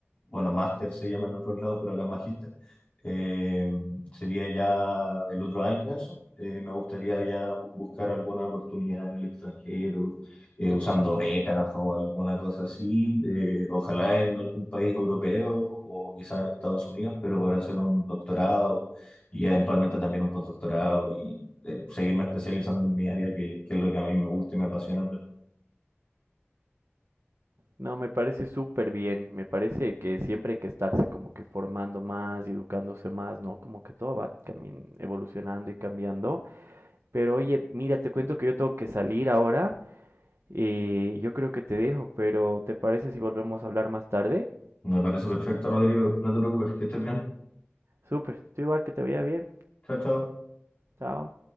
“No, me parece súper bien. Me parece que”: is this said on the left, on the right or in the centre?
Right